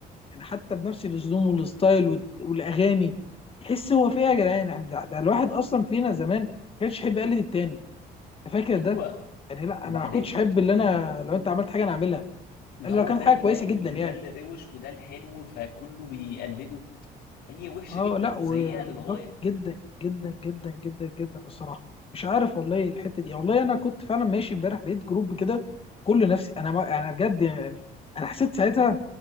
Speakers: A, on the left; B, on the left.
A: يعني حتى بنفس الهدوم والستايل وال- والاغاني تحس هو في ايه يا جدعان يعني ده, ده الواحد اصلا فينا زمان ما كانش يحب يقلد التاني انت فاكر
B: ايوه
A: ده يعني لا
B: وبعدين
A: انا ما كنتش احب اللي انا لو انت عملت حاجه انا اعملها
B: اللي
A: الا
B: هو
A: لو كانت
B: ده
A: حاجه
B: يبان
A: كويسه جدا
B: ان
A: يعني
B: ده اللي روش وده الحلو فكله بيقلده هي وحشه
A: اه
B: جدا
A: لا وبالظبط
B: سيئه للغايه
A: جدا جدا جدا جدا جدا الصراحه مش عارف والله الحته دي والله انا كنت فعلا ماشي امبارح لقيت جروب كده كل نفسي انا ما انا بجد يعني انا حسيت ساعتها